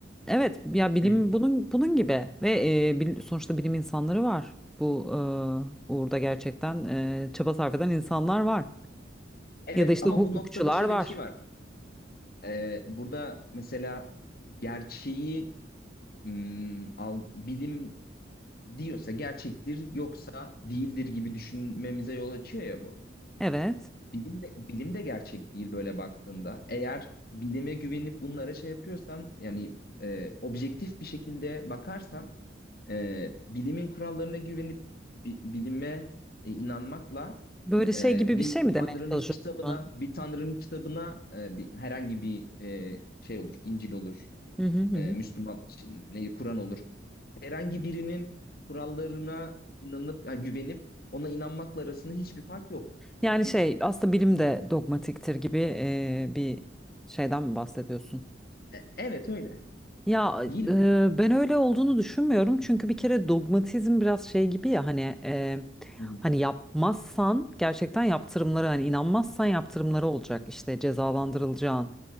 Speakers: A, in the centre; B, on the left.
A: evet ya bilim
B: Hı, hı.
A: bunun bunun gibi ve e, bil- sonuçta bilim insanları var. Bu e, uğurda gerçekten e, çaba sarf eden insanlar var.
B: Evet
A: Ya da işte
B: ama
A: hukukçular
B: bu noktada şöyle
A: var.
B: bir şey var. Ee, burada mesela gerçeği mm, al, bilim diyorsa gerçektir yoksa değildir gibi düşünmemize yol açıyor ya bu.
A: Evet.
B: Bilim de, bilim de gerçek değil böyle baktığında. Eğer bilime güvenip bunlara şey yapıyorsan yani e, objektif bir şekilde bakarsan e, bilimin kurallarına güvenip bi- bilime e, inanmakla
A: Böyle şey
B: e,
A: gibi
B: bir
A: bir şey mi demeye
B: tanrının
A: çalışıyorsun?
B: kitabına
A: Hı
B: bir tanrının kitabına e, bir, herhangi bir e, şey olur, İncil olur,
A: hı hı.
B: e,
A: hı.
B: Müslüman ne Kur'an olur. Herhangi birinin kurallarına inanıp ha, güvenip ona inanmakla arasında hiçbir fark yok.
A: Yani şey aslında bilim de dogmatiktir gibi e, bir şeyden mi bahsediyorsun?
B: E, evet öyle.
A: Ya
B: Değil
A: e,
B: mi?
A: ben öyle olduğunu düşünmüyorum çünkü bir kere dogmatizm biraz şey gibi ya hani e,
B: Hı hı.
A: hani yapmazsan gerçekten yaptırımları hani inanmazsan yaptırımları olacak işte cezalandırılacağın